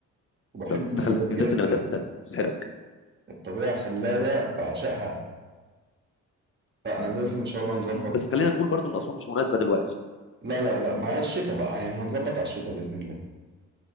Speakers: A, on the right (about 35°); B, on the left (about 45°).
A: وبحب
B: لو دخلت
A: النباتات جدا
B: جزيره النباتات هتسحرك
A: الطبيعه خلابه بعشقها فانا لازم ان شاء الله نظبط
B: م، بس خلينا نقول برضو ان اسوان مش مناسبه دلوقتي
A: لا لا لا مع الشتاء بقى يعني هنظبط على الشتاء باذن الله